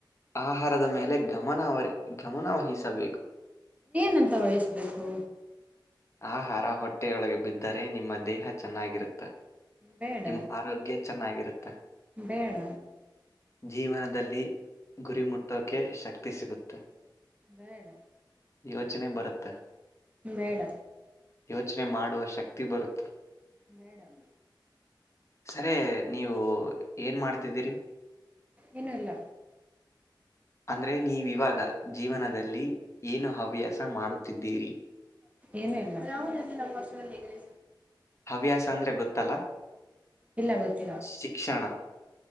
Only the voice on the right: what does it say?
ನಂತ ವಯಸ್ಬೇಕು
ಬೇಡ
ಬೇಡ
ಬೇಡ
ಮೇಡ
ಮೇಡಮ
ಇನ್ನುೂ ಇಲ್ಲ
ಏನ ಇಲ್ಲ ನಾವು ನಮ್ಮ ವುದು
ಇಲ್ಲ ಗೊರ್ತೀರ